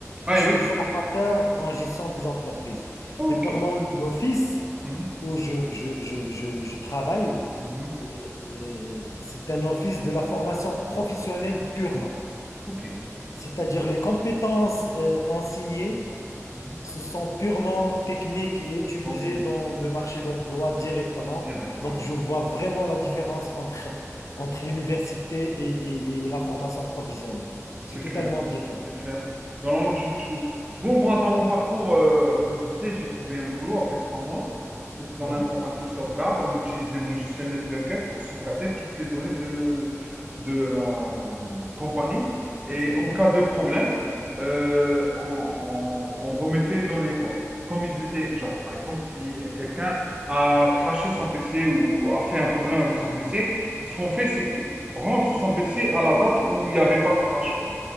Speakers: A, on the right (about 20°); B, on the left (about 70°).
A: Ouais,
B: je suis
A: oui.
B: formateur en gestion des entreprises.
A: Ok.
B: Et purement l'office
A: Mhm,
B: où je, je, je, je, je travaille,
A: mhm,
B: euh, euh, c'est un office de la formation professionnelle purement.
A: Ok.
B: C'est-à-dire les compétences euh, enseignées,
A: mhm,
B: ce sont purement techniques et utilisées
A: Ok.
B: dans le marché d'emploi directement.
A: Direct, voilà.
B: Donc, je vois vraiment la différence entre, entre l'université et, et- et la formation professionnelle. C'est
A: C'est
B: totalement
A: clair,
B: différent.
A: c'est clair. Dans la logique des choses. Bon, moi, dans mon parcours, euh, comme je disais, j'ai trouvé un boulot après trois mois. C'était dans
B: Ouais,
A: l'informatique sauvegarde. On utilisait le logiciel NetBackup pour sauvegarder toutes les données de, de la hum, compagnie. Et
B: c'est
A: en
B: bien.
A: cas de problème, euh, on, on- on remettait les données, quoi. Comme ils étaient, genre, par exemple, si quelqu'un a crashé son PC ou a fait
B: Ah,
A: un problème
B: c'est
A: avec son
B: bien.
A: PC, ce qu'on fait, c'est que rendre son PC à la date où il n'y avait pas de crash, quoi.